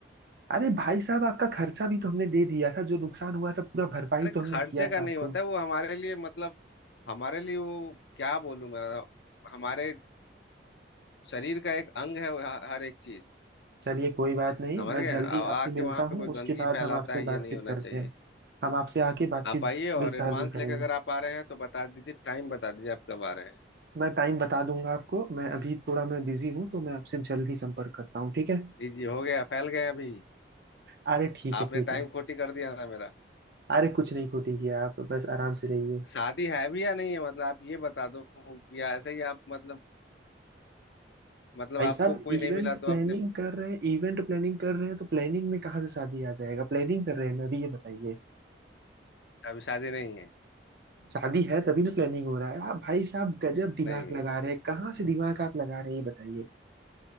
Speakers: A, on the right (about 55°); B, on the left (about 70°).
A: अरे भाई साहब आपका खर्चा भी तो हमने दे दिया था जो नुकसान हुआ था पूरा भरपाई
B: अरे
A: तो हमने
B: खर्चे
A: किया
B: का
A: था
B: नहीं
A: आपको
B: होता है वो हमारे लिए मतलब हमारे लिए वो क्या बोलूं मैं हमारे शरीर का एक अंग है वह- हर एक चीज
A: चलिए कोई बात नहीं
B: समझ
A: मैं
B: गए
A: जल्दी
B: आ-
A: आपसे
B: आके
A: मिलता
B: वहां पे
A: हूँ
B: कोई
A: उसके
B: गंदगी
A: बाद
B: फैलाता
A: हम आपसे
B: है
A: बातचीत
B: ये नहीं होना
A: करते
B: चाहिए
A: हैं हम आपसे आके बातचीत
B: आप आइए और
A: विस्तार
B: एडवांस
A: में करेंगे
B: लेके अगर आप आ रहे हैं तो बता दीजिए टाइम बता दीजिए आप कब आ रहे हैं
A: मैं टाइम बता दूंगा आपको मैं अभी थोड़ा मैं बिजी हूँ तो मैं आपसे जल्दी संपर्क करता हूँ ठीक है
B: जी जी हो गया फैल गए अभी
A: अरे ठीक
B: आपने
A: है ठीक
B: टाइम
A: है
B: खोटी कर दिया ना मेरा
A: अरे कुछ नहीं खोटी किया आप बस आराम से रहिए
B: शादी है भी या नहीं है मतलब आप ये बता दो या ऐसे ही आप मतलब मतलब
A: भाई
B: आपको
A: साहब
B: कोई
A: इवेंट
B: नहीं मिला
A: प्लानिंग
B: तो आपने
A: कर रहे हैं इवेंट प्लानिंग कर रहे हैं तो प्लानिंग में कहाँ से शादी आ जाएगा प्लानिंग कर रहे हैं ना अभी ये बताइए
B: अभी शादी नहीं है
A: शादी है तभी ना प्लानिंग हो रहा है आप भाई साहब गजब दिमाग
B: नहीं
A: लगा रहे हैं कहाँ से दिमाग आप लगा रहे हैं ये बताइए